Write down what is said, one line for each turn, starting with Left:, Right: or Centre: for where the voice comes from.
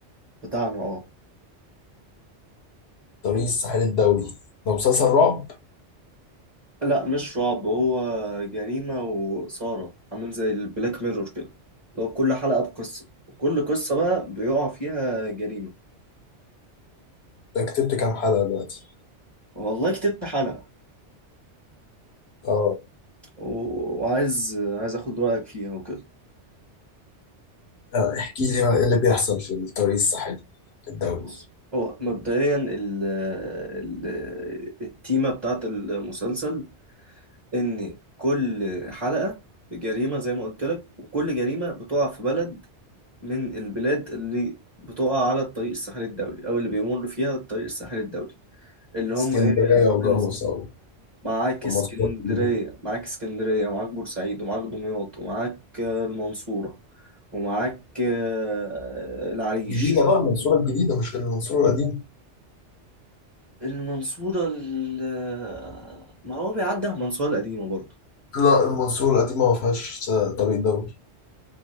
Right: بتاعنا اه
Left: طريق الساحل الدولي ده مسلسل رعب
Right: لا مش رعب هو جريمة وإثارة عامل زي البلاك ميرور كده لو كل حلقة بقصة وكل قصة بقى بيقع فيها جريمة
Left: ده كتبت كام حلقة دلوقتي
Right: والله كتبت حلقة
Left: اه
Right: و- وعايز عايز اخد رأيك فيها وكده
Left: آه، احكي لي بقى ايه اللي بيحصل في الطريق الساحلي الدولي
Right: بص هو مبدئيا ال... ال... التيمة بتاعت المسلسل ان كل حلقة بجريمة زي ما قلت لك وكل جريمة بتقع في بلد من البلاد اللي بتقع على الطريق الساحلي الدولي او اللي بيمر فيها الطريق الساحلي الدولي اللي هم
Left: اسكندرية
Right: ايه يا
Left: وجاموس
Right: برنس
Left: او
Right: معاك
Left: المنصورة
Right: اسكندرية
Left: الجديدة
Right: معاك اسكندرية ومعاك بورسعيد ومعاك دمياط ومعاك آه، المنصورة ومعاك آه، العريش
Left: جديدة بقى المنصورة الجديدة مش المنصورة القديمة
Right: المنصورة ال- ما هو بيعدي على المنصورة القديمة برضه
Left: لا المنصورة القديمة ما فيهاش طريق دولي